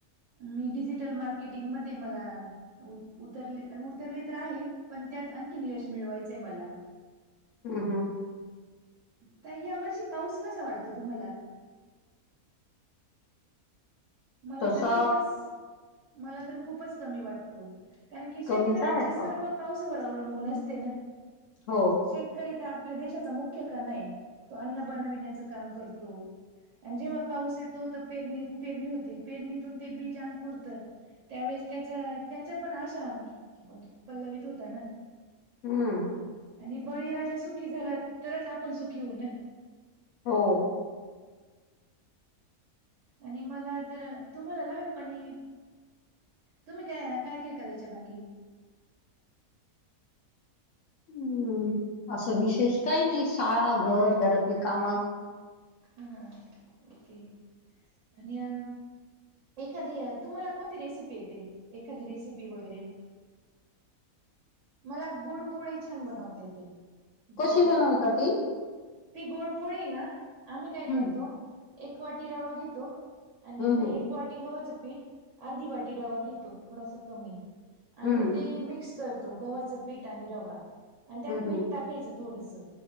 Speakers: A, on the right; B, on the left.
A: मी डिजिटल मार्केटिंग मध्ये मला उतरले उतरले तर आहे पण त्यात आणखीन यश मिळवायचंय मला
B: हम् हम्.
A: तई या वर्षी पाऊस कसा वाटतो तुम्हाला? मला
B: तसा
A: तर खूपच मला तर खूपच कमी वाटतो. कारण की
B: कमीच
A: शेतकऱ्यांचे
B: आहे पाऊस
A: सर्व पावसावर अवलंबून असते ना.
B: हो.
A: शेतकरी तर आपल्या देशाचा मुख्य कणाय तो अन्न बनविण्याच काम करतो. आणि जेव्हा पाऊस येतो तर पेरणी पेरणी होते पेरणीतून ते बीज अंकुरतं. त्यावेळेस त्याचा त्याच्या पण आशा पल्लवीित होता ना.
B: हम्म.
A: आणि बळीराजा सुखी झालात तरच आपण सुखी होऊ ना.
B: हो.
A: आणि मला तर तुम्हाला लहानपणी तुम्ही काय? काय? काय करायच्या बाकी
B: हम्म असं विशेष काही नाही शाळा घर घरातली कामं.
A: हा हा ओके आणि अ एखादी तुम्हाला कोणती रेसिपी येते एखादी रेसिपी वगैरे मला गुळपोळी छान बनवता येते
B: कशी
A: जराणा
B: बनवता ती?
A: ती गु कपोळी ना आम्ही काय
B: हं,
A: करतो एक वाटी रवा घेतो आणि
B: हं,
A: नाही
B: हं,
A: एक वाटी गव्हाचं पीठ अर्धी वाटी रवा घेतो थोडासा कमी आणि
B: हं,
A: ते मिक्स तो गव्हाचं पीठ आणि रवा आणि
B: हं, हं,
A: मीठ
B: हं,
A: टाकायचं थोडंसं